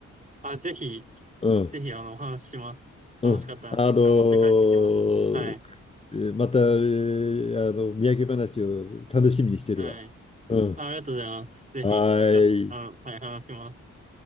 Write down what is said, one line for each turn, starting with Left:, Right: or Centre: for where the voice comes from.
Right: あ、ぜひ、
Left: うん。
Right: ぜひ、あの、お話しします。楽しかった話いっぱい持って帰ってきます。
Left: うん。あのー
Right: はい。
Left: えーまた、えーあの、土産話を楽しみにしてるわ。
Right: はい。
Left: うん。
Right: ありがとうございます。ぜひ、
Left: はーい。
Right: 聞かせ、あの、はい、話します。